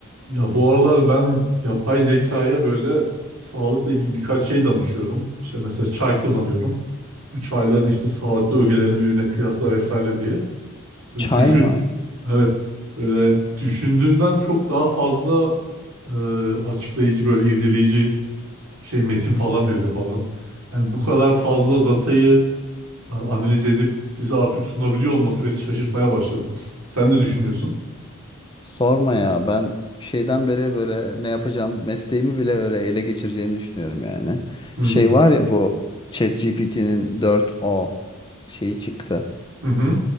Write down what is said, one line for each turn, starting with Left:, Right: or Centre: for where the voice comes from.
Right: Ya bu aralar ben yapay zekaya böyle sağlıkla ilgili birkaç şey danışıyorum. İşte mesela çay kullanıyorum. Bu çayların işte sağlıklı ögelerini birbirine kıyasla vesaire diye. Böyle
Left: Çay
Right: düşün.
Left: mı?
Right: Evet. Böyle düşündüğünden çok daha fazla e, açıklayıcı böyle irdeleyici şey metin falan veriyor falan. Yani bu kadar fazla datayı e, analiz edip bize artık sunabiliyor olması beni şaşırtmaya başladı. Sen ne düşünüyorsun?
Left: Sorma ya. Ben şeyden beri böyle ne yapacağım mesleğimi bile böyle ele geçireceğini düşünüyorum yani.
Right: Hmm.
Left: Şey var ya bu ChatGPT'nin 4O şeyi çıktı.
Right: Hı hı.